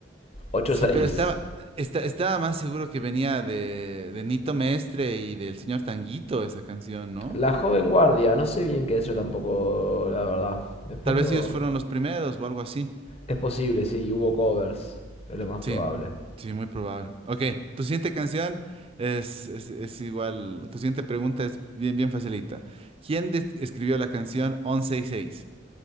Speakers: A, on the left; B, on the right.
A: Ocho
B: Sí,
A: seis.
B: pero estaba, esta- estaba más seguro que venía de, de Nito Mestre y del señor Tanguito esa canción, ¿no?
A: La joven guardia. No sé bien qué es yo tampoco, la verdad. Después
B: Tal vez
A: lo...
B: ellos fueron los primeros o algo así.
A: Es posible, sí. Hubo covers. Es lo más probable.
B: Sí, sí, muy probable. Ok, tu siguiente canción es, es, es igual, tu siguiente pregunta es bien, bien facilita. ¿Quién des- escribió la canción Once sesenta y seis?